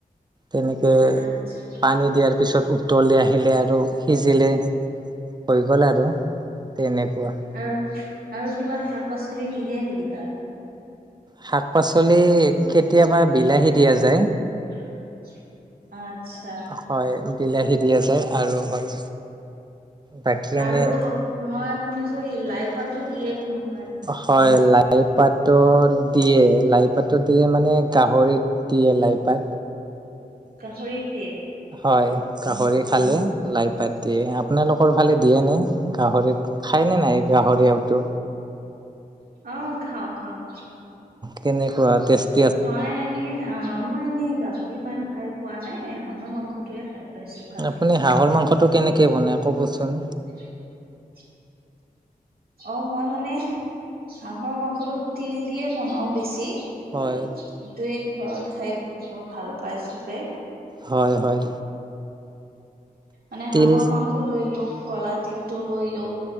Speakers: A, on the right; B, on the right.
A: তেনেকে
B: আচ্ছা
A: পানী দিয়াৰ। তাৰপিছত উতলে আহিলে আৰু সিজিলে হৈ গ'ল আৰু। তেনেকুৱা।
B: আৰু, আৰু কিবা শাক-পাচলি নিদিয়ে নেকি তাত?
A: শাক-পাচলি কেতিয়াবা বিলাহী দিয়া যায়।
B: <inaudible> আচ্ছা।
A: হয়, বিলাহী দিয়া যায় আৰু হয়। বাকী এনে
B: আৰু অ', মই শুনিছোঁ এই লাইপাতো দিয়ে শুনো।
A: হয়, লাইপাতো দিয়ে লাই পাতো দিয়ে মানে। গাহৰিত দি এ লাইপাত
B: গাহৰিত দিয়ে।
A: হয়। গাহৰি খালে লাই পাত। দিয়ে আপোনালোকৰ ফালে দিয়ে ন গাহৰিত খায়নে নাই গাহৰি আৰুওতো।
B: অ', খাওঁ, খাওঁ।
A: কেনেকুৱা টেষ্ট।
B: মই এনে অ', মই এনেই গাহৰি মান খাই পোৱা নাই হাঁহৰ মাংসটোয়ে খাই। পাইছো ভালকে।
A: আপুনি হাঁহৰ মাংসটো কেনেকৈ বনায় ক'বচোন?
B: <inaudible> অ', মই মানে হাঁহৰ মাংসটো তিল দিয়ে বনাওঁ বেছি। তয়ে
A: হয়,
B: ঘৰত খাই বহুত ভাল পাই চবে।
A: হয়, হয়।
B: মানে
A: তিল
B: হাঁহৰ মাংস লৈ লো কলা তিলটো লৈ লওঁ।